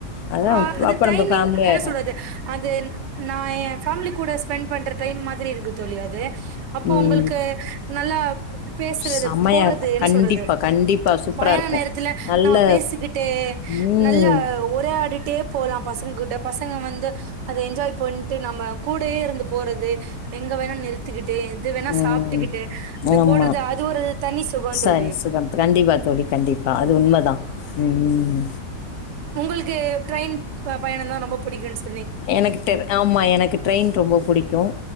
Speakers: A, on the left (about 70°); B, on the right (about 85°).
A: அதான்
B: அ அது
A: அப்ப
B: டைமிங்
A: நம்ம ஃபேமிலி
B: என்ன
A: ஆயிர்றோம்.
B: சொல்றது அது நா ஏ ஃபேமிலி கூட ஸ்பெண்ட் பண்ற டைம் மாதிரி இருக்கு தோழி அது அப்போ
A: ம்.
B: உங்களுக்கு நல்லா பேசுறது
A: செம்மையா
B: போறது
A: இருக்கும்.
B: என்ன
A: கண்டிப்பா,
B: சொல்றது
A: கண்டிப்பா. சூப்பரா
B: பயண
A: இருக்கும்.
B: நேரத்தில
A: நல்ல
B: நம்ம பேசிக்கிட்டே
A: ம்.
B: நல்ல உரையாடிட்டே போலா பசங்க கிட்ட பசங்க வந்து அத என்ஜாய் பண்ணிட்டு நம்ம கூடயே இருந்து போறது எங்க வேணா நிறுத்துக்கிட்டு எதுவெணா
A: ம்.
B: சாப்டுக்கிட்டு அது
A: ஆமா.
B: போட்றது அது ஒரு தனி சுகோ
A: சரி
B: தோழி
A: சுகம் கண்டிப்பா தோழி கண்டிப்பா அது உண்மதா ம்
B: உங்களுக்கு ட்ரெயின் பயணம் தா ரொம்ப பிடிக்குன்னு சொ
A: எனக்கு ட்டெ ஆமா எனக்கு ட்ரெயின் ரொம்ப புடிக்கும்